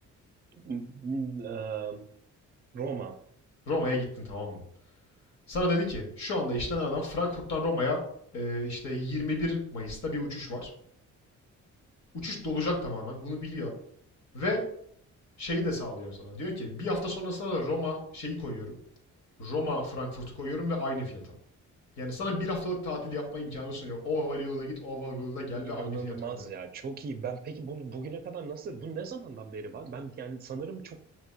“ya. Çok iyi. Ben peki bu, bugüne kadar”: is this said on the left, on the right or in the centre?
Right